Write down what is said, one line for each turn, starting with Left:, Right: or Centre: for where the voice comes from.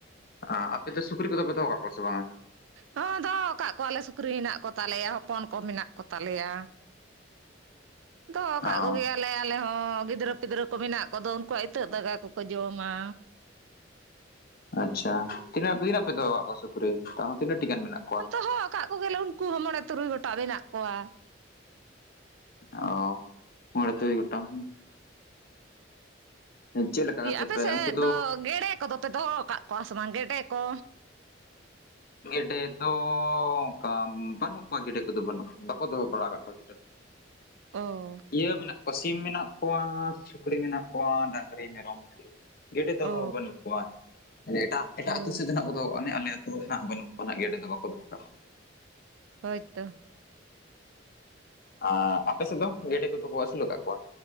Left: ᱟᱨ ᱟᱯᱮ ᱫᱚ ᱥᱩᱠᱨᱤ ᱠᱚᱫᱚ ᱯᱮ ᱫᱚᱦᱚ ᱠᱟᱜ ᱠᱚᱣᱟ ᱥᱮ ᱵᱟᱝ-ᱟ?
Right: ᱦᱚᱸ ᱫᱚᱦᱚ ᱟᱠᱟᱫ ᱠᱚᱣᱟᱞᱮ ᱥᱩᱠᱨᱤ ᱢᱮᱱᱟᱜᱮ ᱠᱚᱛᱟᱞᱮᱭᱟ ᱦᱚᱯᱚᱱ ᱠᱚ ᱢᱮᱱᱟᱜ ᱠᱚᱛᱟᱞᱮᱭᱟ᱾ ᱫᱚᱦᱚ
Left: ᱚ
Right: ᱠᱟᱜ ᱠᱚᱜᱮᱭᱟᱞᱮ ᱟᱞᱮ ᱦᱚᱸ ᱜᱤᱫᱽᱨᱟᱹ ᱯᱤᱫᱽᱨᱟᱹ ᱠᱚ ᱢᱮᱱᱟᱜ ᱠᱚᱫᱚ ᱩᱱᱠᱩᱣᱟᱜ ᱤᱛᱟᱹᱜ ᱫᱟᱜᱟ ᱠᱚᱠᱚ ᱡᱚᱢᱟ᱾
Left: ᱟᱪᱪᱷᱟ ᱛᱤᱱᱟᱹᱜ ᱛᱤᱱᱟᱜ ᱯᱮ ᱫᱚᱦᱚ ᱟᱠᱟ ᱠᱚᱣᱟ ᱥᱩᱠᱨᱤ ᱛᱟᱣ ᱛᱤᱱᱟᱹᱜ ᱴᱤ ᱜᱟᱱ ᱢᱮᱱᱟᱜ ᱠᱚᱣᱟ
Right: ᱫᱚᱦᱚ ᱟᱠᱟᱫ ᱠᱚ ᱜᱮᱞᱮ ᱩᱱᱠᱩ ᱦᱚᱸ ᱢᱚᱬᱮ ᱛᱩᱨᱩᱭ ᱜᱚᱴᱟ ᱢᱮᱱᱟᱜ ᱠᱚᱣᱟ᱾
Left: ᱚ ᱢᱚᱬᱮ ᱛᱩᱨᱩᱭ ᱜᱚᱴᱟᱝ ᱪᱮᱫ ᱞᱮᱠᱟ
Right: ᱤᱭᱟᱹ
Left: ᱠᱟᱛᱮ
Right: ᱟᱯᱮ
Left: ᱯᱮ
Right: ᱥᱮᱫ
Left: ᱩᱱᱠᱩ
Right: ᱫᱚ ᱜᱮᱰᱮ ᱠᱚᱫᱚ ᱯᱮ ᱫᱚᱦᱚ ᱟᱠᱟᱫ ᱠᱚᱣᱟ ᱥᱮ ᱵᱟᱝ ᱜᱮᱰᱮ ᱠᱚ
Left: ᱜᱮᱰᱮ ᱫᱚ ᱚᱱᱠᱟ ᱵᱟᱹᱱᱩᱜ ᱠᱚᱣᱟ ᱜᱮᱰᱮ ᱠᱚᱫᱚ ᱵᱟᱹᱱᱩᱜ ᱵᱟᱠᱚ ᱫᱚᱦᱚ ᱵᱟᱲᱟ ᱠᱟᱫ ᱠᱚᱣᱟ᱾
Right: ᱚ
Left: ᱤᱭᱟᱹ ᱢᱮᱱᱟᱜ ᱠᱚ ᱥᱤᱢ ᱢᱮᱱᱟᱜ ᱠᱚᱣᱟ ᱥᱩᱠᱨᱤ ᱢᱮᱱᱟᱜ ᱠᱚᱣᱟ ᱰᱟᱝᱨᱤ ᱢᱮᱨᱚᱢ ᱵᱷᱤᱰᱤ ᱜᱮᱰᱮ ᱫᱚ
Right: ᱚ
Left: ᱵᱟᱹᱱᱩᱜ ᱠᱚᱣᱟ ᱢᱟᱱᱮ ᱮᱴᱟᱜ ᱮᱴᱟᱜ
Right: ᱦᱳᱭ
Left: ᱟᱹᱛᱩ ᱥᱮᱫ ᱫᱚ ᱱᱟᱜ ᱟᱠᱮ ᱟᱛᱩᱼᱼᱼ ᱱᱟᱜ ᱵᱟᱹᱱᱩᱜ ᱠᱚᱣᱟᱱᱟᱜ ᱜᱮᱰᱮ ᱫᱚ ᱵᱟᱠᱚ ᱫᱚᱦᱚ ᱠᱟᱜ ᱡᱚᱣᱟ᱾
Right: ᱦᱳᱭ ᱛᱚ
Left: ᱟᱨ ᱟᱯᱮ ᱥᱮᱫ ᱫᱚ ᱜᱮᱰᱮ ᱠᱚᱫᱚ ᱠᱚ ᱟᱹᱥᱩᱞ ᱟᱠᱟᱫ ᱠᱚᱣᱟ